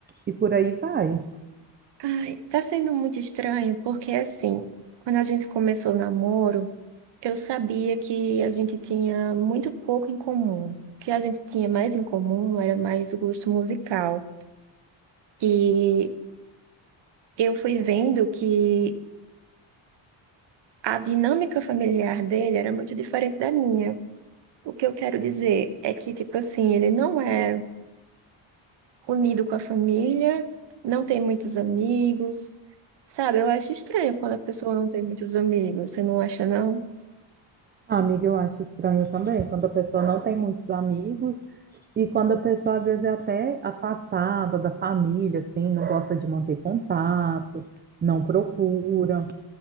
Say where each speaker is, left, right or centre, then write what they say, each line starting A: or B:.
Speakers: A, on the right (about 20°); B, on the right (about 55°).
A: e por aí vai.
B: Ai, tá sendo muito estranho, porque assim, quando a gente começou o namoro, eu sabia que a gente tinha muito pouco em comum. O que a gente tinha mais em comum era mais o gosto musical. E eu fui vendo que a dinâmica familiar dele era muito diferente da minha. O que eu quero dizer é que, tipo assim, ele não é unido com a família, não tem muitos amigos, sabe? Eu acho estranho quando a pessoa não tem muitos amigos, você não acha, não?
A: Ah, amiga, eu acho estranho também, quando a pessoa não tem muitos amigos e quando a pessoa às vezes é até afastada da família, assim, não gosta de manter contato, não procura.